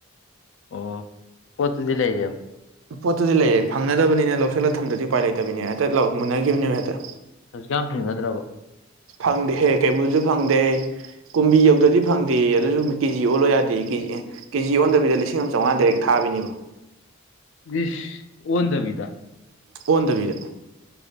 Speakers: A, on the left; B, on the right.
A: ꯑꯣ ꯄꯣꯠꯇꯨꯗꯤ ꯂꯩꯔꯕ
B: ꯄꯣꯠꯇꯨꯗꯤ ꯂꯩꯔꯦ ꯐꯪꯅꯗꯕꯅꯤꯅ ꯂꯧꯁꯤꯜꯂꯒ ꯊꯝꯗꯗꯤ ꯎꯄꯥꯏ ꯂꯩꯇꯕꯅꯤ ꯍꯦꯛꯇ ꯃꯨꯟꯅꯈꯤꯕꯅꯦꯕ ꯍꯦꯛꯇ
A: ꯍꯧꯖꯤꯛꯀꯥꯟ ꯐꯪꯅꯗ꯭ꯔꯕꯣ
B: ꯐꯪꯗꯦꯍꯦ ꯀꯩꯕꯨꯜꯁꯨ ꯐꯪꯗꯦꯍꯦ ꯀꯨꯝꯕꯤ ꯌꯧꯗ꯭ꯔꯗꯤ ꯐꯪꯗꯦ ꯑꯗꯨꯁꯨ ꯀꯦꯖꯤ ꯑꯣꯜꯂꯣ ꯌꯥꯗꯦ ꯀꯦꯖꯤ ꯀꯦꯖꯤ ꯑꯣꯟꯗꯕꯤꯗ ꯂꯤꯁꯤꯡ ꯑꯃ ꯆꯥꯝꯃꯉꯥ ꯇꯔꯦꯠ ꯊꯥ ꯇꯥꯕꯤꯅꯤꯕ
A: ꯁ ꯑꯣꯟꯗꯕꯤꯗ
B: ꯑꯣꯟꯗꯕꯤꯗ